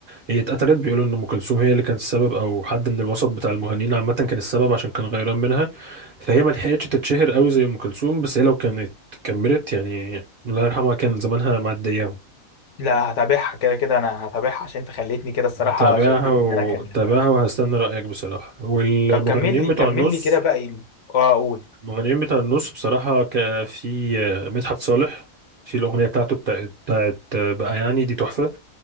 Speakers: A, on the right (about 55°); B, on the left (about 65°).
A: هي اتقتلت بيقولوا ان ام كلثوم هي اللي كانت السبب او حد من الوسط بتاع المغنيين عامه كان السبب عشان كان غيران منها فهي ما لحقتش تتشهر قوي زي ام كلثوم بس هي لو كانت كملت يعني الله يرحمها كان زمانها معدياهم
B: لا هتابعها كده كده انا هتابعها عشان انت خليتني كده الصراحه
A: تابعها
B: شدتني
A: وتابعها
B: ان انا اكلمك اه
A: وهستنى رأيك بصراحة والمغنيين
B: طب كمل لي
A: بتوع
B: كمل
A: النص
B: لي كده بقى ايه اه اقول
A: المغنيين بتاع النص بصراحة ك- في آه، مدحت صالح في الأغنية بتاعته بتاعت, بتاعت آه، بقى يعني دي تحفة